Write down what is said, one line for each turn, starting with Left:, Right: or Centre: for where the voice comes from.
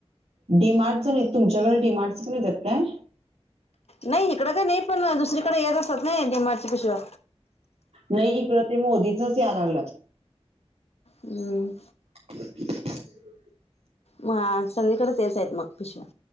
Right: डीमार्टच नाही तुमच्याकडे डीमार्टच मिळत्यात काय?
Left: नाही इकडं काही नाही पण दुसरीकड येत असतात नी डी मार्टच्या पिशव्या
Right: नाही इकडं ते मोदीचच याय लागल्यात
Left: हम्म
Right: ह <unintelligible>
Left: म सगळीकड तेच हाईत मग पिशव्या